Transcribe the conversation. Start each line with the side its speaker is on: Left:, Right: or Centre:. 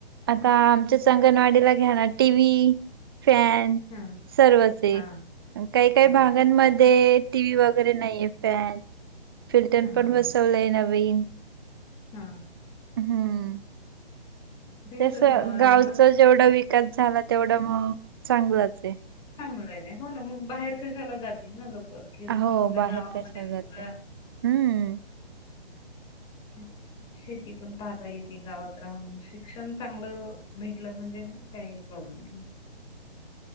Right: आता आमच्याच अंगणवाडीला घ्याना टी. व्ही, फॅन
Left: हां,
Right: सर्वच ये
Left: हां,
Right: आणि काही, काही
Left: सहज
Right: भागांमध्ये
Left: आहे.
Right: टी व्ही वगैरे नाहीेये फॅन, फिल्टर
Left: हां,
Right: पण बसवलंय नवीन
Left: हा.
Right: हम्म.
Left: ते
Right: तस
Left: कसं ना,
Right: गावचा
Left: जसं
Right: जेवढा विकास झाला तेवढा मग चांगलाचये.
Left: चांगलंय र होना मग बाहेर कशाला जातील ना लोक. हम्म,
Right: हो
Left: समजा
Right: बाहेर
Left: गावांमध्ये
Right: कशाला जाते.
Left: सगळ
Right: हम्म
Left: <unintelligible> शेती पण पाहता येती गावात राहून शिक्षण चांगलं भेटलं म्हणजे काहीही प्रॉब्लेम नाही.